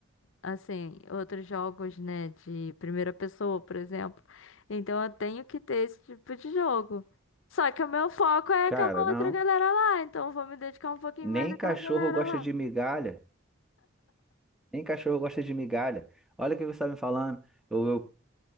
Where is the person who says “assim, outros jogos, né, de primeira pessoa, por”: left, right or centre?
Left